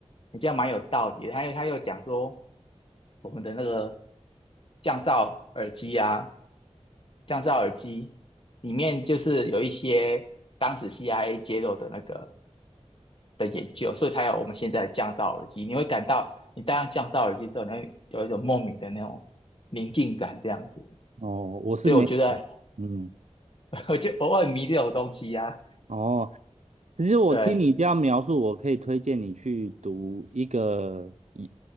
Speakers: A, on the left; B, on the right.
A: 你这样蛮有道理的。他又他又讲说我们的那个降噪耳机啊，降噪耳机里面就是有一些当时 CIA 揭露的那个。的研究，所以才有我们现在的降噪耳机。你会感到你戴上降噪耳机之后，你会有一种莫名的那种宁静感，这样子。
B: 哦，我是没有啦。
A: 对，我觉得
B: 嗯。
A: 我就偶尔迷这种东西呀、
B: 哦，其实我听你这样描述，
A: 对，
B: 我可以推荐你去读一个一